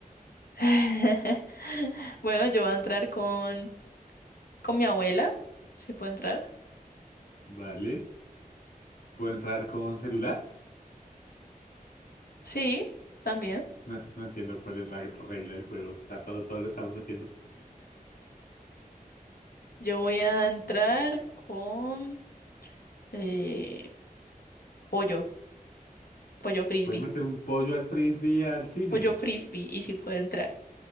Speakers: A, on the left; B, on the left.
A: <laughs> Bueno, yo voy a entrar con, con mi abuela, si puedo entrar.
B: vale. ¿Puedo entrar con celular?
A: Sí, también.
B: No, no entiendo cuál es la regla del juego. O sea, todo, todo lo estamos metiendo.
A: Yo voy a entrar con eh, pollo, pollo frisbee,
B: ¿Puedes meter un pollo al frisbee al cine?
A: pollo frisbee, y si puedo entrar.